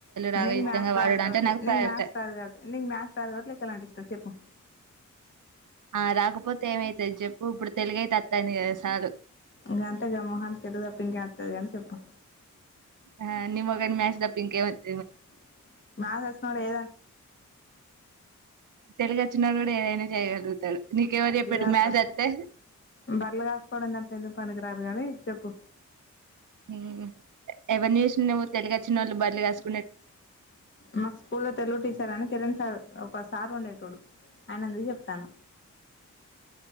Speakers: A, on the right; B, on the left.
A: రాగయుక్తంగా
B: నీకు మ్యాథ్స్
A: వాడడం
B: రాదు కాబట్టి
A: అంటే నాకు
B: నీకు
A: ఫేవరెట్.
B: మ్యాథ్స్ రాదు కాబట్టి నీకు మ్యాథ్స్ రాదు కాబట్టి లెక్కలు అంటే ఇష్టం చెప్పు
A: ఆ రాకపోతే ఏమైతది చెప్పు ఇప్పుడు తెలుగైతే అత్తాంది కదా సాలు.
B: ఇంకా అంతే గా మొహానికి ఏది ఇంకా వేతాది గాని చెప్పం
A: <unintelligible>
B: <unintelligible> ఆ బార్లే
A: తెలుగు వచ్చినోడు కూడా ఏదైనా చేయగలుగుతాడు. నీకెవరు చెప్పిర్రు
B: కాస్కో
A: మ్యాథ్స్ అత్తే
B: బార్లు కాసుకోవడం తప్ప ఎందుకు పనికిరారు గాని చెప్పు
A: ఉ ఎవరిని చూసినన్నావ్ తెలుగచ్చినోళ్ళు బర్లు కాసు
B: మాకు స్కూల్ తెలుగు టీచర్ అని కిరణ్ సార్ ఒకసార్ ఉండేటోడు ఆయన చూసి చెప్తాన్న